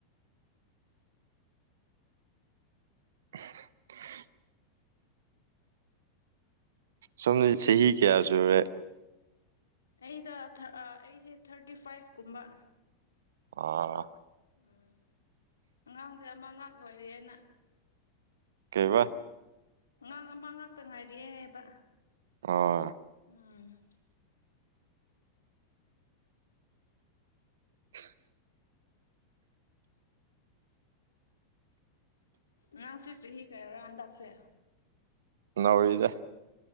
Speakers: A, on the right; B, on the left.
A: <inaudible> ꯁꯣꯝꯁꯤ ꯆꯍꯤ ꯀꯌꯥ ꯁꯨꯔꯦ
B: ꯑꯩꯗꯣ ꯊꯔ ꯑꯥ ꯑꯩꯁꯦ ꯊꯥꯔꯇꯤ ꯐꯥꯏꯚ ꯀꯨꯝꯕ
A: ꯑꯥ
B: ꯎꯝ ꯑꯉꯥꯡꯗꯤ ꯑꯃ ꯉꯥꯛ ꯂꯣꯏꯔꯦꯅ
A: ꯀꯩꯕ
B: ꯎꯝ ꯅꯪ ꯑꯃꯥ ꯉꯥꯛꯇ ꯉꯥꯏꯔꯤꯑꯦ ꯍꯥꯏꯕ
A: ꯑꯥ
B: ꯎꯝ
A: <inaudible> <inaudible>
B: ꯅꯪꯁꯦ ꯆꯍꯤ ꯀꯌꯥꯔꯥ ꯍꯟꯗꯛꯁꯦ
A: ꯅꯧꯔꯤꯗꯥ